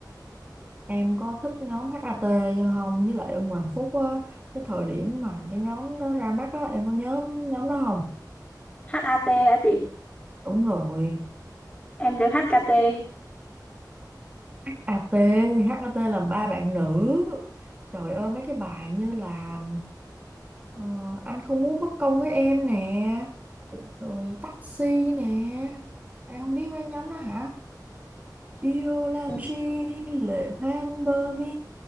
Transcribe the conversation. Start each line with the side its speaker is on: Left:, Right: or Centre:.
Right: em có thích nhóm hát HAT không với lại Ưng Hoàng Phúc á cái thời điểm mà cái nhóm đó ra mắt á em có nhớ nhóm đó không
Left: HAT hả chị?
Right: đúng rồi
Left: Em đừng HKT.
Right: HAT, HAT là ba bạn nữ. Trời ơi mấy cái bài như là ờ, anh không muốn bất công với em nè, rồi taxi nè. Em không biết mấy nhóm đó hả? Yêu làm
Left: Ừ.
Right: chi lệ hoen bờ mi